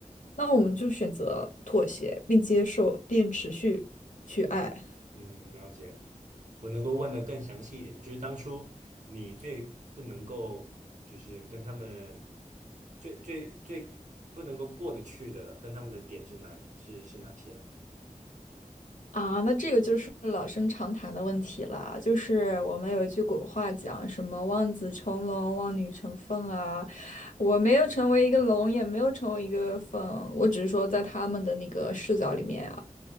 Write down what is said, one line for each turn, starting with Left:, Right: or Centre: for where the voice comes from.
Left: 那我们就选择妥协，并接受，并持续去爱。
Right: 嗯嗯，了解。我能够问的更详细一点吗，就是当初你最不能够，就是跟他们最最最不能够过得去的，跟他们的点是哪是是哪些？
Left: 啊，那这个就是老生常谈的问题了，就是我们有一句古话讲什么“望子成龙，望女成凤”啊。我没有成为一个龙，也没有成为一个凤，我只是说在他们的那个视角里面啊，